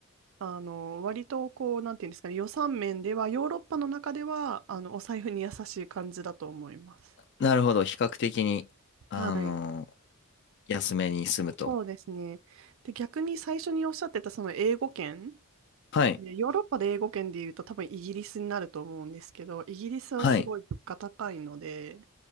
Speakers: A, on the right; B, on the left.
A: あの割とこう、なんていうんですかね、予算面では、ヨーロッパの中ではあのお財布に優しい感じだと思います。
B: なるほど。比較的に、あの、
A: はい、
B: 安めに住むと。
A: そうですね。で、逆に最初におっしゃってたその英語圏、
B: はい。
A: ねヨーロッパで英語圏で言うと、多分イギリスになると思うんですけど、イギリスはすごい物価高いので、
B: はい。